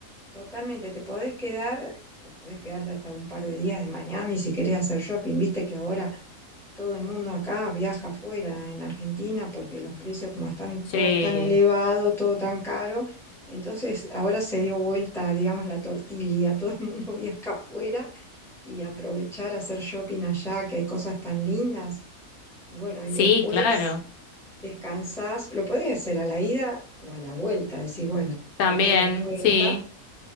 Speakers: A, in the centre; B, on the left (about 90°).
A: totalmente, te podés quedar, po- podés quedarte hasta un par de días en Miami si querés hacer shopping. Viste que ahora todo el mundo acá viaja afuera en Argentina porque los precios como están
B: Sí,
A: todos tan elevados, todo tan caro. Entonces ahora se dio vuelta, digamos, la tortilla, <laughs> todo el mundo <laughs> viaja afuera y aprovechar hacer shopping allá, que hay cosas tan lindas. Y bueno, y
B: sí,
A: después
B: claro,
A: descansás, lo podés hacer a la ida o a la vuelta, decís, bueno,
B: también,
A: lo hago a la vuelta
B: sí.